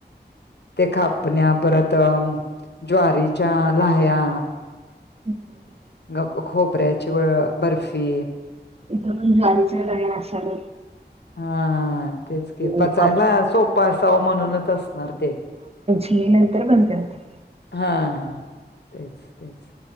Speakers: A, on the left; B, on the right.
A: ते खापण्या परत ज्वारीच्या लया
B: हम्म
A: ग खोबऱ्याची वळ बर्फी
B: इथं पण ज्वारीचल आहे नाशाल
A: हा तेच क पचायला
B: वापरतात.
A: सोप असाव म्हणूनच असणार ते
B: नतर बणते
A: हा तेच तेच